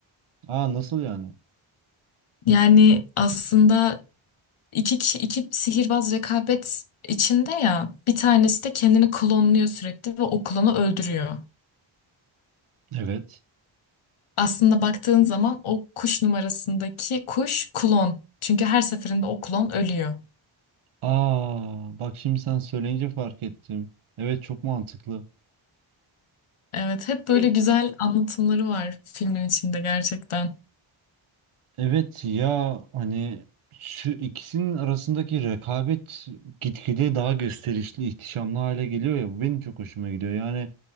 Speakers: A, on the right; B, on the left.
A: Aa nasıl yani?
B: Yani aslında İki, kişi, iki sihirbaz rekabet içinde ya bir tanesi de kendini klonluyor sürekli ve o klonu öldürüyor.
A: Evet.
B: Aslında baktığın zaman o kuş numarasındaki kuş klon. Çünkü her seferinde o klon ölüyor.
A: Aa bak şimdi sen söyleyince fark ettim. Evet çok mantıklı.
B: Evet hep
A: Kim?
B: böyle güzel anlatımları var filmin içinde gerçekten.
A: Evet ya hani şu ikisinin arasındaki rekabet gitgide daha gösterişli, ihtişamlı hale geliyor ya bu benim çok hoşuma gidiyor. Yani